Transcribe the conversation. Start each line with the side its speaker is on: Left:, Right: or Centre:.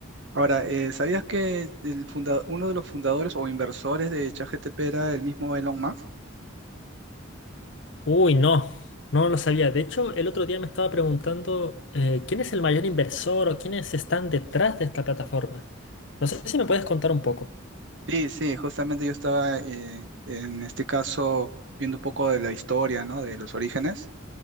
Right: Ahora, eh, ¿sabías que el funda- uno de los fundadores o inversores de ChatGPT era el mismo Elon Musk?
Left: Uy, no, no lo sabía. De hecho, el otro día me estaba preguntando eh, quién es el mayor inversor o quiénes están detrás de esta plataforma. No sé si me puedes contar un poco.
Right: Sí, sí, justamente yo estaba eh, en este caso viendo un poco de la historia, ¿no? De los orígenes